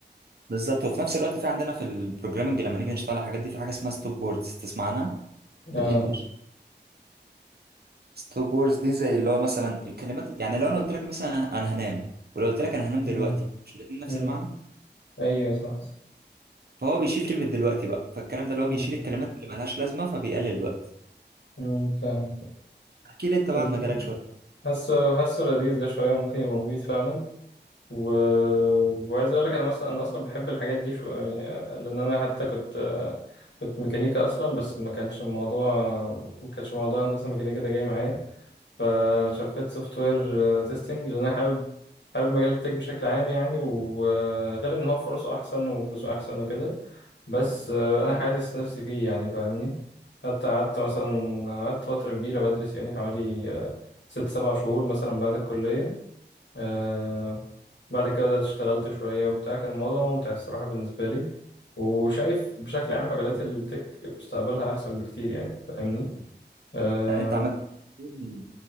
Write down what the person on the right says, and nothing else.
بالظبط وفي نفس الوقت في عندنا في البروجرامنج لما نيجي نشتغل على الحاجات دي في حاجه اسمها ستوب ووردز تسمعنا
في الانجليش ستوب ووردز دي زي اللي هو مثلا الكلمات يعني لو انا قلت لك مثلا انا هنام ولو قلت لك انا هنام دلوقتي
مش الاتنين نفس
المعنى
فهو بيشيل كلمه دلوقتي بقى فالكلام ده اللي هو
بيشيل الكلمات اللي ملهاش لازمه فبيقلل الوقت
احكي لي انت بقى
عن مجالك شويه
يعني انت عملت كتير من